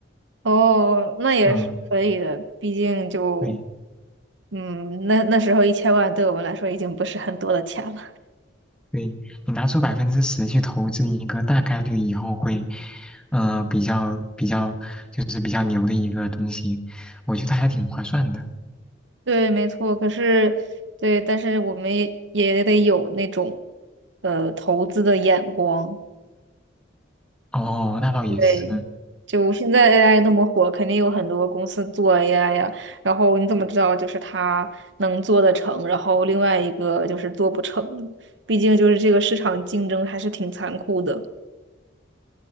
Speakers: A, on the right; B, in the centre.
A: 哦，那也是可以的，
B: 嗯，
A: 毕竟就，
B: 对。
A: 嗯，那那时候一千万对我们来说已经不是很多的钱了。
B: 对，你拿出百分之十去投资一个大概率以后会，呃，比较比较就是比较牛的一个东西，我觉得还挺划算的。
A: 对，没错。可是，对，但是我们也也得有那种，呃，投资的眼光。
B: 哦，那倒也是，
A: 对，就现在 AI 那么火，肯定有很多公司做 AI 呀。然后你怎么知道就是它能做得成，然后另外一个就是做不成呢？毕竟就是这个市场竞争还是挺残酷的。